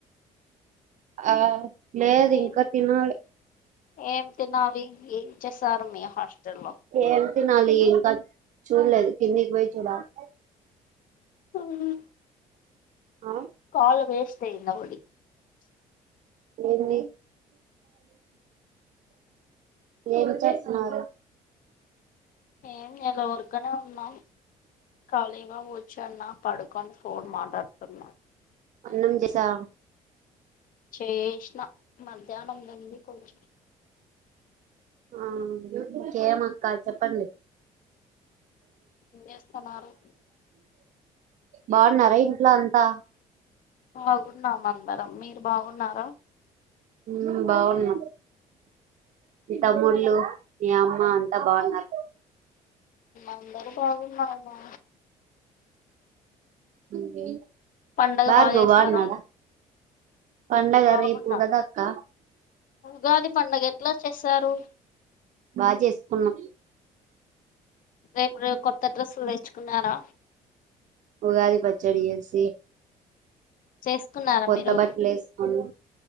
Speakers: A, on the right (about 40°); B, on the left (about 45°).
A: ఆ లేదు ఇంకా
B: ఏం
A: తినాలి
B: ఏం తినలీ ఏం చేసారు మీ హస్ స్టాల్ లో
A: ఏం తినాలి ఇంకా చూడలేదు కిందికి పోయి చూడాలి
B: ఉమ్
A: ఆ
B: కాలు వేస్ట్ అయింది ఒకటి
A: లేదు ఏమి చేస్తున్నారు
B: ఏం చెయ్యాలా ఉర్కేనే ఉన్నాం ఖాళీగా క్ష పడుకం ఫోన్ మాట్లాడున్న
A: అన్నం చేశా
B: చేష్ణ మధ్యాహ్నం ది ఉంది కొంచెం
A: ఆ చేయమక్క చెప్పండి
B: ఏం చేస్తున్నారు
A: బాగున్నారా ఇంట్లో అంతా
B: బాగున్నాం అందరం మీరు బాగున్నారా
A: ఉమ్ బావునం తమ్ముళ్ళు మీ అమ్మ అంతా బాగున్నారు
B: అందరు బాగున్నాము
A: ఉమ్
B: పండగ
A: భార్గవ్
B: బాగా చేస్తారా
A: బాన్నాడా పండగ
B: బాగున్నాం
A: రేపు కదా అక్క
B: ఉగాది పండుగ ఎట్లా చేశారు
A: బాగా చేసుకున్నా
B: రేపు ర కొత్త డ్రెస్సులు తెచ్చుకున్నారా
A: ఉగాది పచ్చడి చేసి
B: చేసుకున్నారా
A: కొత్త
B: మీరు
A: బట్టలు ఏసుకొని